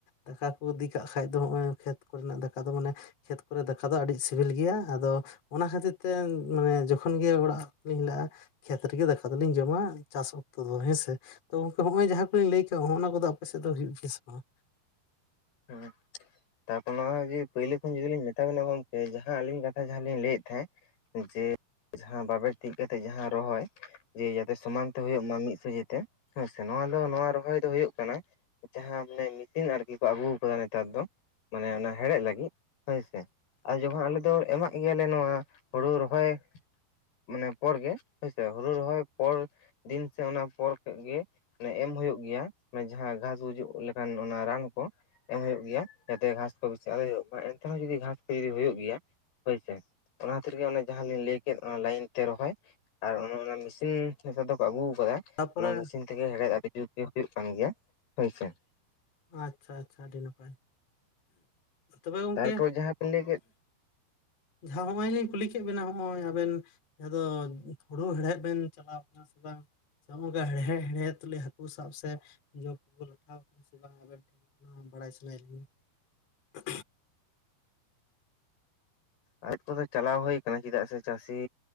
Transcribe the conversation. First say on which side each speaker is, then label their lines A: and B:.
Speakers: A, on the left; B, on the left.
A: ᱫᱟᱠᱟ ᱠᱩ ᱫᱤᱠ ᱠᱟᱜ ᱠᱷᱟᱡ ᱫᱚ ᱦᱚᱸᱜᱼᱚᱭ ᱠᱷᱮᱛ ᱠᱚᱨᱮᱱ ᱟᱜ ᱫᱟᱠᱟ ᱫᱚ ᱢᱟᱱᱮ ᱠᱷᱮᱛ ᱠᱚᱨᱮ ᱫᱟᱠᱟ ᱫᱚ ᱟᱰᱤ ᱥᱤᱵᱤᱞ ᱜᱮᱭᱟ ᱟᱫᱚ ᱚᱱᱟ ᱠᱷᱟᱹᱛᱤᱨ ᱛᱮ ᱢᱟᱱᱮ ᱡᱚᱠᱷᱚᱱ ᱜᱮ ᱚᱲᱟᱜ ᱞᱤᱧ ᱦᱮᱞᱟᱜᱼᱟ᱾ ᱠᱷᱮᱛ ᱨᱮᱜᱮ ᱫᱟᱠᱟ ᱫᱚᱞᱤᱧ ᱡᱚᱢᱟ ᱪᱟᱥ ᱚᱠᱛᱚ ᱫᱚ ᱦᱮᱸ ᱥᱮ᱾ ᱛᱚ ᱜᱚᱝᱠᱮ ᱦᱚᱸᱜᱼᱚᱭ ᱡᱟᱦᱟᱸ ᱠᱚᱞᱤᱧ ᱞᱟᱹᱭ ᱠᱮᱜ ᱦᱚᱸᱜᱼᱚᱱᱟ ᱠᱚᱫᱚ ᱟᱯᱮ ᱥᱮᱜ ᱫᱚ ᱦᱩᱭᱩᱜ ᱜᱮᱭᱟ ᱥᱮ ᱵᱟᱝ?
B: ᱦᱩᱸ᱾ ᱛᱟᱨᱯᱚᱨ ᱱᱚᱣᱟ ᱡᱮ ᱯᱩᱭᱞᱩ ᱠᱷᱚᱱ ᱡᱩᱫᱤ ᱞᱤᱧ ᱢᱮᱛᱟ ᱵᱤᱱᱟ ᱜᱚᱝᱠᱮ ᱡᱟᱦᱟᱸ ᱟᱹᱞᱤᱧ ᱠᱟᱛᱷᱟ ᱡᱟᱦᱟᱸ ᱞᱤᱧ ᱞᱟᱹᱭᱮᱜ ᱛᱮᱦᱮᱸᱜ ᱡᱮ ᱡᱟᱦᱟᱸ ᱵᱟᱵᱮᱨ ᱛᱤᱜ ᱠᱟᱛᱮᱜ ᱡᱟᱦᱟᱸ ᱨᱚᱦᱚᱭ ᱡᱮ ᱡᱟᱛᱮ ᱥᱚᱢᱟᱱ ᱛᱮ ᱦᱚᱭᱚᱜ ᱢᱟ ᱢᱤᱫ ᱥᱚᱡᱷᱮ ᱛᱮ᱾ ᱦᱮᱸ ᱥᱮ, ᱱᱚᱣᱟ ᱫᱚ ᱱᱚᱣᱟ ᱨᱚᱦᱚᱭ ᱫᱚ ᱦᱩᱭᱩᱜ ᱠᱟᱱᱟ ᱡᱟᱦᱟᱸ ᱢᱚᱱᱮ ᱢᱤᱥᱤᱱ ᱟᱨ ᱠᱤ ᱠᱚ ᱟᱜᱩᱣ ᱠᱟᱫᱟ ᱱᱮᱛᱟᱨ ᱫᱚ ᱢᱟᱱᱮ ᱚᱱᱟ ᱦᱮᱲᱦᱮᱫ ᱞᱟᱜᱤᱜ ᱦᱳᱭ ᱥᱮ᱾ ᱟᱨ ᱡᱚᱠᱷᱚᱱ ᱟᱞᱮ ᱫᱚ ᱮᱢᱟᱜ ᱜᱮᱭᱟ ᱞᱮ ᱱᱚᱣᱟ ᱦᱩᱲᱩ ᱨᱚᱦᱚᱭ ᱢᱟᱱᱮ ᱯᱚᱨ ᱜᱮ ᱦᱳᱭ ᱥᱮ ᱦᱩᱲᱩ ᱨᱚᱦᱚᱭ ᱯᱚᱨ ᱫᱤᱱ ᱥᱮ ᱚᱱᱟ ᱯᱚᱨ ᱠᱷᱚᱡ ᱜᱮ᱾ ᱚᱱᱮ ᱮᱢ ᱦᱩᱭᱩᱜ ᱜᱮᱭᱟ ᱢᱟᱱᱮ ᱡᱟᱦᱟᱸ ᱜᱷᱟᱸᱥ ᱜᱩᱡᱩᱜ ᱞᱮᱠᱟᱱ ᱚᱱᱟ ᱨᱟᱱ ᱠᱚ᱾ ᱮᱢ ᱦᱩᱭᱩᱜ ᱜᱮᱭᱟ, ᱡᱟᱛᱮ ᱜᱷᱟᱸᱥ ᱠᱚ ᱵᱮᱥᱤ ᱟᱞᱚ ᱦᱩᱭᱩᱜ ᱢᱟ ᱮᱱᱛᱮ ᱦᱚᱸ ᱡᱩᱫᱤ ᱜᱷᱟᱸᱥ ᱠᱚ ᱡᱩᱫᱤ ᱦᱩᱭᱩᱜ ᱜᱮᱭᱟ᱾ ᱦᱳᱭ ᱥᱮ, ᱚᱱᱟ ᱠᱷᱟᱹᱛᱤᱨ ᱜᱮ ᱚᱱᱮ ᱡᱟᱦᱟᱸ ᱞᱤᱧ ᱞᱟᱹᱭ ᱠᱮᱫ ᱚᱱᱟ ᱞᱟᱭᱤᱱ ᱛᱮ ᱨᱚᱦᱚᱭ᱾ ᱟᱨ ᱚᱱᱮ ᱚᱱᱟ ᱢᱤᱥᱤᱱ, ᱱᱮᱛᱟᱨ ᱫᱚ ᱠᱚ ᱟᱜᱩ ᱠᱟᱫᱟ᱾
A: ᱛᱟᱯᱚᱨᱮ
B: ᱚᱱᱟ ᱢᱤᱥᱤᱱ ᱛᱮᱜᱮ, ᱦᱮᱲᱦᱮᱫ ᱟᱰᱤ ᱡᱩᱨ ᱡᱩᱨ ᱛᱮ ᱦᱩᱭᱩᱜ ᱠᱟᱱ ᱜᱮᱭᱟ ᱦᱳᱭ ᱥᱮ᱾
A: ᱟᱪᱪᱷᱟ ᱟᱪᱪᱷᱟ ᱟᱰᱤ ᱱᱟᱯᱟᱭ ᱛᱚᱵᱮ ᱜᱚᱝᱠᱮ
B: ᱛᱟᱨᱯᱚᱨ ᱡᱟᱦᱟᱸ ᱵᱤᱱ ᱞᱟᱹᱭ ᱠᱮᱫ
A: ᱡᱟᱸᱦᱟᱸ ᱦᱚᱸᱜ-ᱚᱸᱭ ᱞᱤᱧ ᱠᱩᱞᱤ ᱠᱮᱜ ᱵᱮᱱᱟ ᱦᱸᱚᱜ-ᱚᱸᱭ ᱟᱵᱮᱱ ᱡᱟᱸᱦᱟᱸ ᱫᱚ ᱦᱩᱲᱩ ᱦᱮᱲᱦᱮᱫ ᱵᱮᱱ ᱪᱟᱞᱟᱣ ᱠᱟᱱᱟ ᱥᱮ ᱵᱟᱝ? ᱠᱟ ᱦᱚᱜ-ᱚᱝᱠᱟ ᱦᱮᱲᱦᱮ ᱦᱮᱲᱦᱮᱫ ᱛᱩᱞᱩᱡ ᱦᱟᱹᱠᱩ ᱥᱟᱵ ᱥᱮ ᱡᱚᱸᱠ ᱠᱚ ᱞᱟᱴᱷᱟ ᱥᱮ ᱵᱟᱝ ᱟᱵᱮᱱ ᱵᱟᱲᱟᱭ ᱥᱟᱱᱟᱭᱮᱜ ᱞᱤᱧᱟ ᱾
B: ᱟᱡ ᱠᱚᱫᱚ ᱪᱟᱞᱟᱣ ᱦᱚᱭ ᱠᱟᱱᱟ ᱪᱮᱫᱟᱜ ᱥᱮ ᱪᱟᱥᱤᱼᱼ